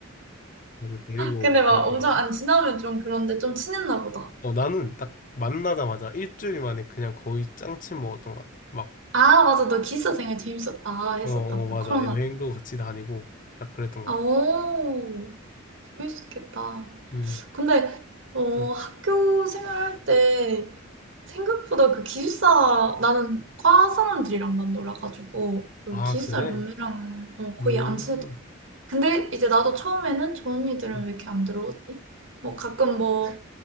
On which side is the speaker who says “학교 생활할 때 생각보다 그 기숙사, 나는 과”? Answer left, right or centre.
Right